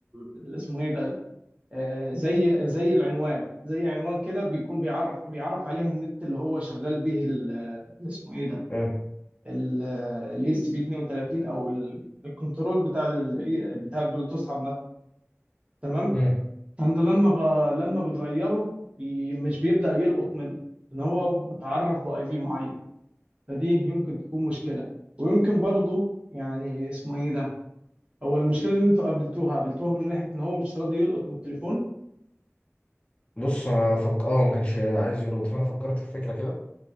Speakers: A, on the right; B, on the left.
A: ال- اسمه ايه ده آه، زي زي العنوان زي عنوان كده بيكون بيعرف بيعرف عليه النت اللي هو شغال به ال- اللي اسمه ايه ده
B: مم.
A: الاي اس بي 32 او ال- الكنترول بتاع ال بتاع البلوتوث عامه تمام
B: مم.
A: فانت لما غ- لما بتغيره بي مش بيبدأ يلقط منه ان هو متعرف باي بي معين فدي يمكن تكون مشكله ويمكن برضه يعني اسمه ايه ده هو المشكله اللي انتوا قابلتوها قابلتوها من ناحيه ان هو مش راضي يلقط من التليفون
B: بص انا فك اه ما كانش عايز يربط فانا فكرت في فكره كده